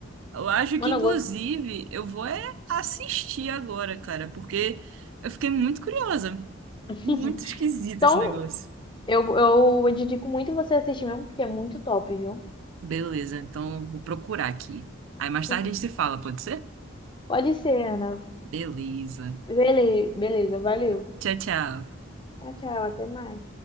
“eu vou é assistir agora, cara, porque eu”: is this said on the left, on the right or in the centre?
Right